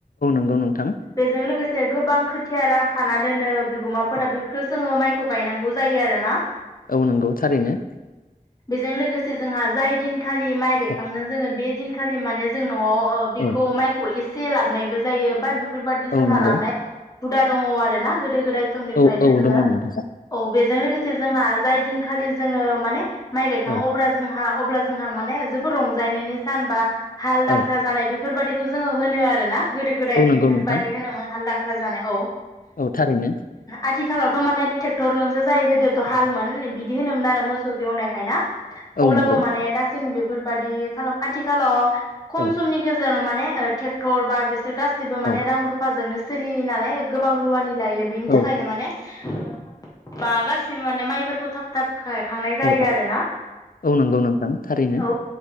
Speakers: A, on the left (about 70°); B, on the left (about 25°).
A: गौ नोंथां।
B: बेजों लोगोसे गोबां खोथिया रानखाना दोनो बिगुमाफोरा
A: औ
B: बेफोरखो जोङो माइखौ गायनांगौ जायो आ रो ना।
A: औ नोंगौ थारैनो।
B: जों लोगोसे जोंहा जाय दिनखालि माइ गायखांगोन
A: औ
B: जोङो बे दिनखालि माने जों न'आव
A: औ
B: खौ माइखौ एसे लाबनायबो जायो बा बेफोरबायदि जोंहा
A: औ नंगौ
B: लाबनाय हुदा दङ' आरोना गोदो गोदाय समनिफ्रायनो
A: औ औ
B: जोङो
A: दङ नोंथां
B: औ बेजों लोगोसे जोंहा जाय दिनखालि जोङो माने माइ गायखां
A: औ
B: अब्ला जोंहा अब्ला जोंहा माने जोबोद रंजानायनि सान बा हाल
A: औ
B: दांख्रा जानाय बे बेफोरबादिखो जोङो होनो आरो ना गोदो गोदाय
A: औ
B: बेफोरबादि
A: नंगौ नोंथां
B: होनोमोन हालदांख्रा जानाय औ।
A: औ थारैनो
B: आथिखालावथ' माने ट्रेक्टरजोंसो जायो गोदोथ'
A: औ
B: हालमोन बिदि होनोमोन आरो मोसौ जेवनायहाय ना
A: औ
B: अब्लाबो
A: नंगौ
B: माने दासिम बे फोरबायदि खालाम आथिखालाव खम
A: औ
B: समनि गेजेराव माने ओ ट्रेक्टर बा सोर गासिबो माने
A: औ
B: रां रुफाजोंनो सोलियो नालाय गोबां रुवानि लायो बेनि
A: औ
B: थाखायनो माने थाब बा गासिबो माने माइफोरखौ थाब थाब गायखांनाय जायो
A: औ
B: आरोना।
A: औ नंगौ नोंथां थारैनो
B: औ